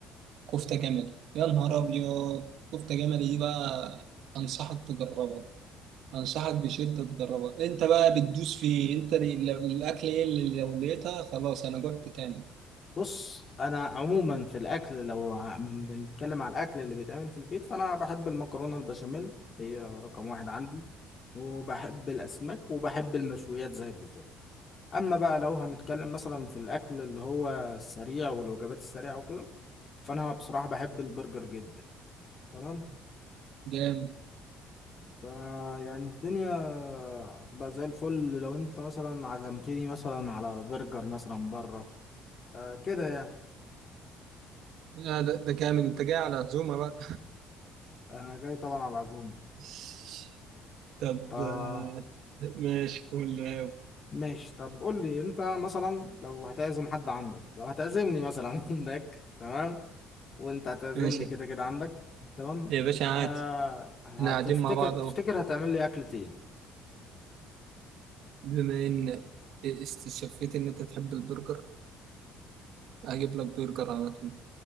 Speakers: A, on the right (about 65°); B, on the left (about 45°).
A: كفته جملي يا نهار ابيض كفته جملي دي بقى انصحك تجربها انصحك بشدة تجربها انت بقى بتدوس في انت ال- لو- الاكل ايه اللي لو لقيتها خلاص انا جوعت كامل
B: بص انا عموما في الاكل لو ه- بنتكلم على الاكل اللي بيتعمل في البيت فانا بحب المكرونه البشاميل هي رقم واحد عندي وبحب الاسماك وبحب المشويات زيك بالظبط اما بقى لو هنتكلم مثلا في الاكل اللي هو السريع والوجبات السريعه وكده فانا بصراحه بحب البرجر جدا تمام
A: جامد
B: فيعني الدنيا هتبقى زي الفل لو انت مثلا عزمتني مثلا على برجر مثلا بره آه كده يعني
A: آه ده, ده كامل انت جاي على عزومة بقى
B: انا جاي طبعا على العزومه
A: <laughs> طب
B: ف
A: آه، ماشي قول <laughs>
B: ماشي طب قول لي انت مثلا لو هتعزم حد عندك لو هتعزمني مثلا <laughs> عندك تمام وانت هتعزمني
A: ماشي
B: كده كده عندك تمام
A: يا باشا عادي
B: آه هتفتكر
A: احنا قاعدين مع بعض
B: تفتكر
A: اهو
B: هتعمل لي اكلة ايه
A: بما ان استشفيت ان انت تحب البرجر هجيب لك برجر على طول